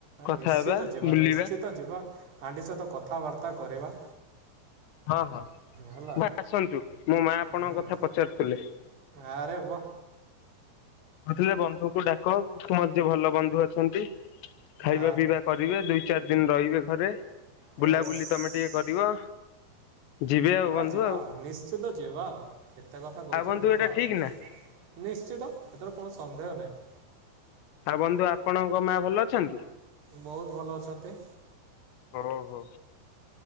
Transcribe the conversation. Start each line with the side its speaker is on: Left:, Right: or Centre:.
Left: କଥା
Right: ନିଶ୍ଚିତ
Left: ହେବା
Right: ଯିବା
Left: ବୁଲିବା
Right: ନିଶ୍ଚିତ ଯିବା ଆଣ୍ଟି ସହିତ କଥାବାର୍ତ୍ତା କରିବା।
Left: ହଁ ହଁ
Right: ହେଲା
Left: ଭାଇ ଆସନ୍ତୁ ମୋ ମା ଆପଣଙ୍କ
Right: ହୁଁ
Left: କଥା ପଚାରୁଥିଲେ।
Right: ଆରେ ୱା।
Left: କହୁଥିଲେ ବନ୍ଧୁଙ୍କୁ ଡାକ ତୁମର ଯିଏ ଭଲ ବନ୍ଧୁ ଅଛନ୍ତି ଖାଇବା
Right: ଆ
Left: ପିଇବା କରିବେ ଦୁଇ ଚାର ଦିନ ରହିବେ ଘରେ
Right: ୟେସ୍।
Left: ବୁଲାବୁଲି ତମେ ଟିକେ କରିବ। ଯିବେ
Right: ହେଲା
Left: ଆଉ ବନ୍ଧୁ
Right: ଯିବା ଆଉ ନିଶ୍ଚିତ ଯିବା ଆଉ କେତେ କଥା କହୁଚନ୍ତି
Left: ଆଉ ବନ୍ଧୁ
Right: ଯିବା
Left: ଏଇଟା
Right: ଆଉ।
Left: ଠିକ ନା
Right: ନିଶ୍ଚିତ ହେଥିର କୌଣସି ସନ୍ଦେହ ନାହିଁ।
Left: ହାରେ ବନ୍ଧୁ ଆପଣଙ୍କ ମାଆ ଭଲ ଅଛନ୍ତି
Right: ବୋହୁତୁ ଭଲ ଅଛନ୍ତି।
Left: ଓହୋ।